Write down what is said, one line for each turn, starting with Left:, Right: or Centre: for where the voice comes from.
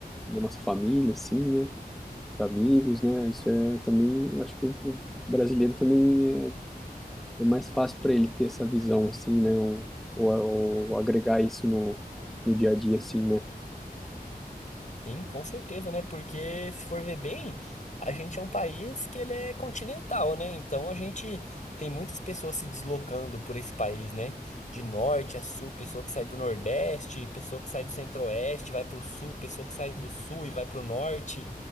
Centre: na nossa família, assim, né, amigos, né, isso é também, eu acho que o, o brasileiro também é, é mais fácil para ele ter essa visão, assim, né, ou, ou, ou agregar isso no, no dia a dia, assim, né,
Left: Sim, com certeza, né? Porque se for ver bem, a gente é um país que ele é continental, né? Então a gente tem muitas pessoas se deslocando por esse país, né? De norte a sul, pessoa que sai do Nordeste, pessoa que sai do Centro-Oeste, vai pro sul, pessoa que sai do sul e vai pro norte.